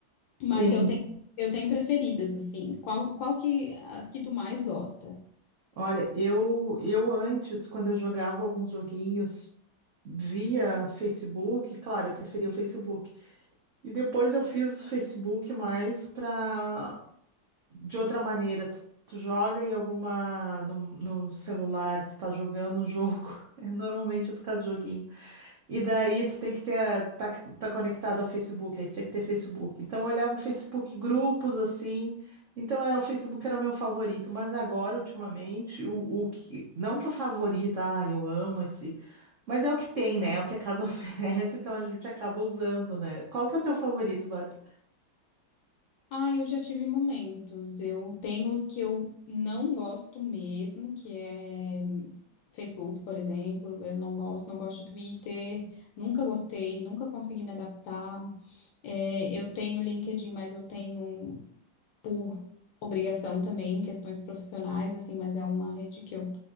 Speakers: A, on the left (about 70°); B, on the right (about 75°).
A: Mas
B: Sim.
A: eu tenho, eu tenho preferidas, assim. Qual, qual que, as que tu mais gosta?
B: Olha, eu eu antes, quando eu jogava alguns joguinhos via Facebook, claro, eu preferia o Facebook. E depois eu fiz o Facebook mais para de outra maneira, tu, tu joga em alguma. No, no celular, tu tá jogando um jogo. <laughs> É, normalmente é por causa do joguinho. E daí tu tem que ter. Tá, tá conectado ao Facebook, aí tinha que ter Facebook. Então eu olhava o Facebook, grupos assim. Então era o Facebook era o meu favorito, mas agora, ultimamente, o, o que. Não que é o favorito, ah, eu amo esse. Mas é o que tem, né? É o que a casa <laughs> oferece, então a gente acaba usando, né? Qual que é o teu favorito, Bárbara?
A: Ah, eu já tive momentos. Eu tenho os que eu não gosto mesmo, que é Facebook, por exemplo. Eu não gosto, não gosto de Twitter. Nunca gostei, nunca consegui me adaptar. É, eu tenho LinkedIn, mas eu tenho por obrigação também, questões profissionais, assim, mas é uma rede que eu